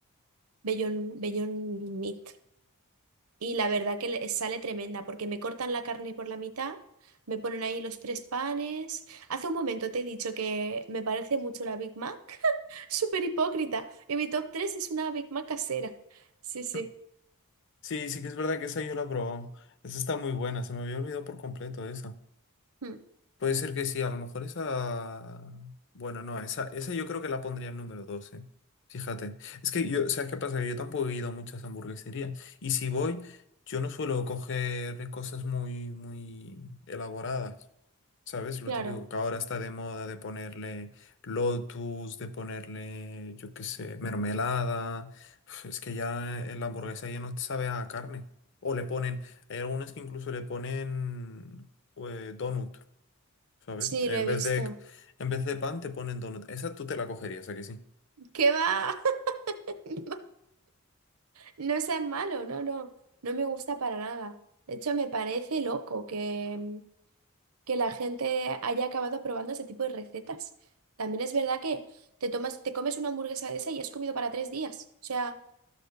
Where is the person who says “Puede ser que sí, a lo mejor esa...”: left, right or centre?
Left